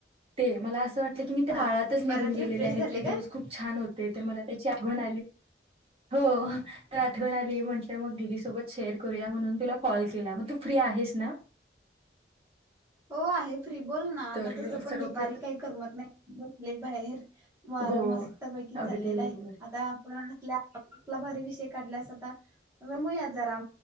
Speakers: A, on the right; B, on the right.
A: ते मला असं वाटतं. की ते तुम्ही
B: हा
A: काळातच
B: ते
A: निघून
B: परत
A: गेलेले
B: रिफ्रेश
A: आहेत
B: झाले
A: ते दिवस
B: काय
A: खूप छान होते. ते तर मला त्याची आठवण हो तर आठवण आली म्हटल्यावर दीदी सोबत शेअर करूया म्हणून तुला कॉल केला. फ्री आहेस ना.
B: हो आहे. फ्री बोल ना आता
A: तर
B: तस पण
A: सर्वप्रथम
B: दुपारी काही करमत नाही बसले बाहेर वार
A: हो
B: मस्तपैकी
A: अगदी
B: चाललेल
A: बरोबर
B: हाय आता मस्त आपण आपला भारी विषय काढलेला आहे. आता रमुया जरा